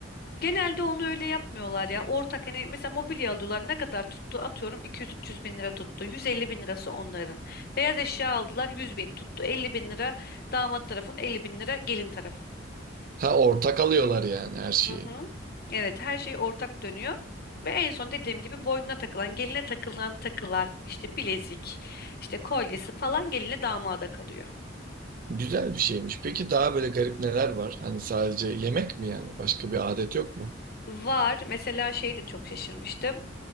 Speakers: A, on the left (about 55°); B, on the right (about 45°).
A: Genelde onu öyle yapmıyorlar ya. Ortak hani mesela mobilya alıyorlar. Ne kadar tuttu? Atıyorum 200-300 bin lira tuttu. 150 bin lirası onların. Beyaz eşya aldılar 100 bin tuttu. 50 bin lira damat tarafın 50 bin lira gelin tarafın.
B: Ha ortak alıyorlar yani her şeyi.
A: Hı hı. Evet her şey ortak dönüyor. Ve en son dediğim gibi boynuna takılan, geline takılan takılar, işte bilezik, işte kolyesi falan geline damada kalıyor.
B: Güzel bir şeymiş. Peki daha böyle garip neler var? Hani sadece yemek mi yani? Başka bir adet yok mu?
A: Var. Mesela şey de çok şaşırmıştım.